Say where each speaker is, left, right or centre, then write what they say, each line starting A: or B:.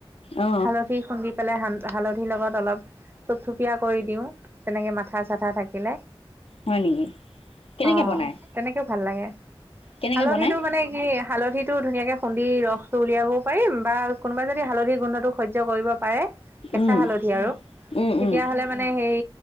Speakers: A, on the left (about 80°); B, on the right (about 25°).
A: অ
B: হালধি খোন্দিপ। পেলাই হালধিৰ লগত অলপ চপচুপীয়া কৰি দিওঁ তেনেকে মাথা চাথা থাকিলে।
A: হয় নেকি? কেনেকে
B: অ
A: বনাই?
B: তেনেকেও ভাল লাগে।
A: কেনেকে
B: হালধিটো
A: বনাই
B: মানে কি হালধিটো ধুনীয়াকৈ খুন্দি ৰসটো উলিয়াবও পাৰিম বা কোনোবাই যদি হালধি গোন্ধটো সহ্য কৰিব পাৰে কেঁচা
A: উম
B: হালধি আৰু,
A: উম
B: তেতিয়া
A: উম
B: হ'লে মানে সেই